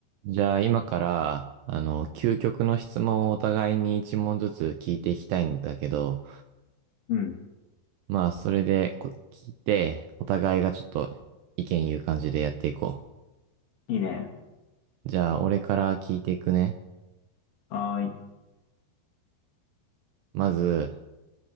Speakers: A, on the right; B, on the left.
A: じゃあ今から、あの、究極の質問をお互いに一問ずつ聞いていきたいんだけど、
B: うん。
A: まあそれでこ聞いて、お互いがちょっと意見言う感じでやっていこ
B: いいね。
A: う。じゃあ俺から聞いていくね。
B: はーい。
A: まず、